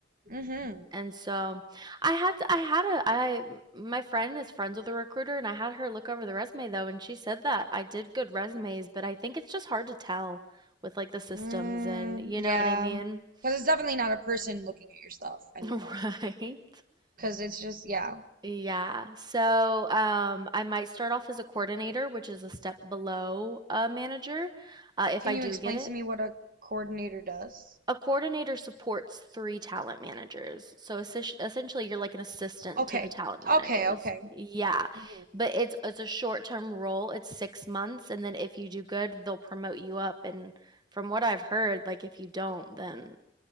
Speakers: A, on the right; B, on the right.
A: Mm-hmm.
B: And so I had I had a I my friend is friends with a recruiter and I had her look over the resume though and she said that I did good resumes, but I think it's just hard to tell with like the systems
A: Mm,
B: and you
A: yeah.
B: know what I mean?
A: Because it's definitely not a person looking at your stuff anymore.
B: <laughs> Right.
A: Because it's just, yeah.
B: Yeah. So, um, I might start off as a coordinator, which is a step below a manager, uh, if
A: Can
B: I do
A: you explain
B: get it.
A: to me what a coordinator does?
B: A coordinator supports three talent managers. So essentia- essentially, you're like an assistant
A: Okay.
B: to the talent managers.
A: Okay. Okay.
B: Yeah.
A: hmm
B: But it's it's a short-term role. It's six months, and then if you do good, they'll promote you up. And from what I've heard, like if you don't, then